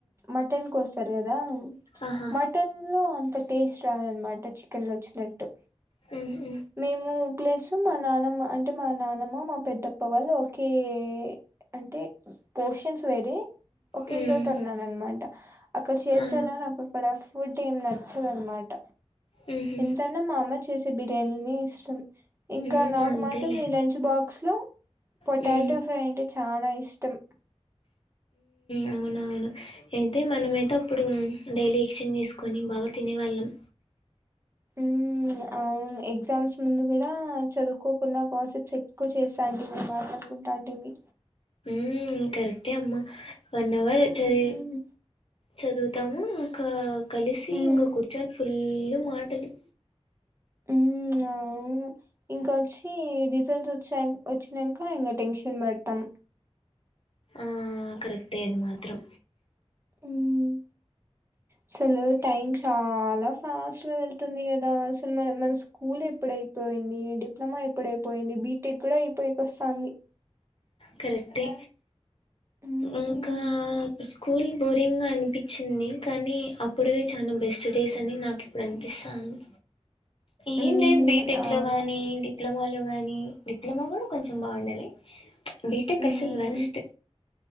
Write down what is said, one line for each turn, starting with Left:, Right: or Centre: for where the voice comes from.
Right: మటన్ కొస్తర్ కదా
Left: ఆహా!
Right: మటన్ లో అంత టేస్ట్ రదనమాట చి కెన్ లో వచ్చినట్టు
Left: హుహు.
Right: మేము ప్లస్ మా నానమ్మ అంటే మా నానమ్మ మా పెద్దమ్మ వాళ్ళు ఒకే అంటే పోర్షన్స్ వేరే ఓకే
Left: హ్మ్.
Right: చోట ఉన్న అనమాట అక్కడ చేసరా
Left: ఆ!
Right: నాకు అక్కడ ఫుడ్ ఏమి నచ్చదనమాట
Left: హుహు.
Right: ఎంతన్నా మా అమ్మ చేసే బిర్యానీనే ఇష్టం ఇంకా
Left: హ్మ్.
Right: నాకు
Left: అంతేలే.
Right: మాత్రం నీ లంచ్ బాక్స్ లో పొటాటో
Left: హ్మ్.
Right: ఫ్రై అంటే చానా ఇష్టం
Left: అవునవును అయితే మనమయితే అప్పుడు డైలీ ఎక్స్చేంజి చేసుకొని బాగా తినే వాళ్ళం
Right: మ్మ్ అవును అవును ఎగ్జామ్స్ ముందు కూడా చదువుకోకుండా గాసిప్స్ ఎక్కువ చేస్తా అంటిమి మాట్లాడుకుంటాటిమి
Left: మ్మ్ కరెక్టే అమ్మా వన్ అవర్
Right: మ్మ్
Left: చదివి చదువుతాము ఇంకా కలిసి
Right: మ్మ్
Left: ఇంకా కూర్చొని ఫుల్ మాటలు
Right: మ్మ్ అవును ఇంకొచ్చి రిజల్ట్ వచ్చినంక ఇంగ టెన్షన్ పడతాం
Left: ఆ కరెక్టే అది మాత్రం
Right: మ్మ్ అసలు టైం చాలా ఫాస్ట్ గా వెళ్తుంది కదా అసలు మన మన స్కూల్ ఎప్పుడయిపో యింది డిప్లొమా ఎప్పుడైపోయింది బీటెక్ కూడా అయిపోయిక వస్తంది
Left: కరెక్టే
Right: హ్మ్.
Left: ఇంకా స్కూల్ బోరింగ్ గా అనిపించింది కానీ అప్పుడవే చాలా బెస్ట్ డేస్ అని నాకు ఇప్పుడు అనిపిస్తంది
Right: హ్మ్.
Left: ఏం లేదు బీటెక్
Right: ఆ!
Left: లో గానీ డిప్లొమాలో కానీ డిప్లొమా కూడా కొంచెం బాగుండేది బీ టెక్
Right: హ్మ్.
Left: అసలు వరస్ట్